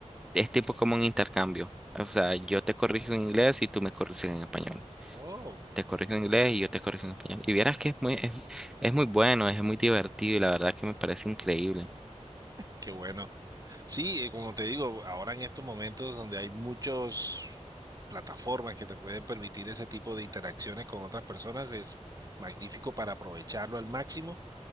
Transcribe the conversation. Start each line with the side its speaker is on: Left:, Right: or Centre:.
Centre: Es tipo como un intercambio. O sea, yo te corrijo en inglés y tú me corriges en español.
Right: Oh,
Centre: Te corrijo en inglés y yo te corrijo en español. Y vieras que es muy, es, es muy bueno, es muy divertido y la verdad que me parece increíble.
Right: qué bueno. Sí, eh, como te digo, ahora en estos momentos donde hay muchas plataformas que te pueden permitir ese tipo de interacciones con otras personas, es magnífico para aprovecharlo al máximo